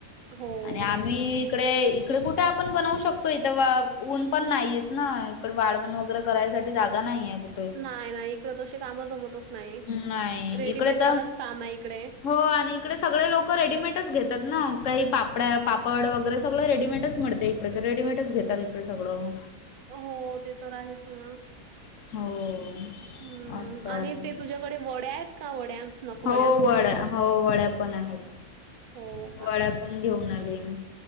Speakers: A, on the right; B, on the left.
A: हो,
B: आणि आम्ही
A: हो.
B: इकडे इकडं कुठे आपण बनवू शकतो इथं ऊन पण नाहीयेत ना इकडे वाळवण वगैरे करायसाठी जागा नाहीे कुठ
A: नाही नाही इकडं तशी काम जमतच नाही,
B: नाही
A: रेडीमेडवालाच
B: इकडे तर
A: काम आहे इकडे.
B: हो आणि इकडे सगळे लोक रेडीमेडच घेतात ना काही पापड्या -पापड वगैरे सगळं रेडीमेडच मिळते इकडं ‌ इडे तर रेडडीमेडच घेतात इकडे सगळं.
A: हो ते तर आहेच म्हणा.
B: हो.
A: हम्म
B: असं आहे
A: आणि ते तुझ्याकडे वड्या आहेत का वड्या नकवड्या?
B: हो वड्या हो वड्या पण आहेत
A: हो
B: वड्या पण घेऊन आली मी.